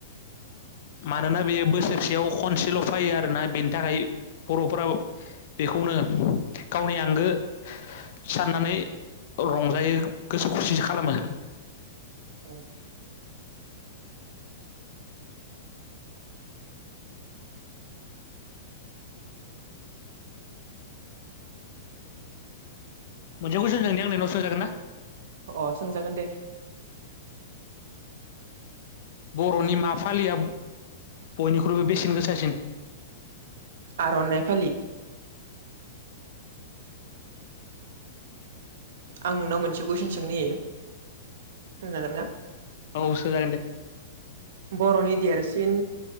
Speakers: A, on the left; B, on the right.
A: मानोना बेयो बोसोरसेयाव खनसेल' फैयो आरोना बेनि थाखाय बर'फोरा बेखौनो गावनि आंगो साननानै रंजायो गोसो खुसि खालामो
B: औ
A: मोनसेखौ सोंनि आं नोंनाव सोंजागोन ना
B: अ सोंजागोन दे
A: बर'नि मा फालिया बयनिख्रुइबो बेसेन गोसासिन
B: आरनाय फलि आं नोंनाव मोनसे कुइसन सोंनि सोंजागोन ना
A: औ सोंजागोन दे
B: बर'नि देरसिन